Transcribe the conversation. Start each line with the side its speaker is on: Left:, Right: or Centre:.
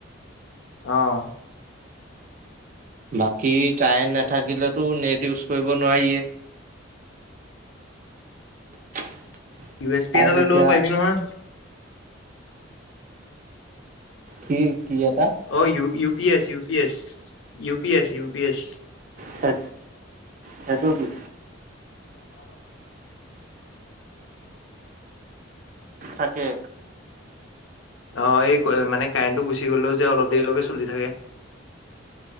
Left: অহ',
Right: বাকী কাৰেণ্ট নাথাকিলেতো নেট ইউজ কৰিব নোৱাৰিয়ে।
Left: ইউ এছ পি
Right: আৰু
Left: এটা লৈ
Right: এতিয়া
Left: ল'ব পাৰিবি নহয়।
Right: কি? কি এটা
Left: অহ', ইও - U P S, U P S - U P S - U P S.
Right: সে সেইটো কি?
Left: <unintelligible>
Right: থাকে।
Left: অহ', এই ক মানে কাৰেণ্টটো গুচি গলেও যে অলপ দেৰিলৈকে চলি থাকে।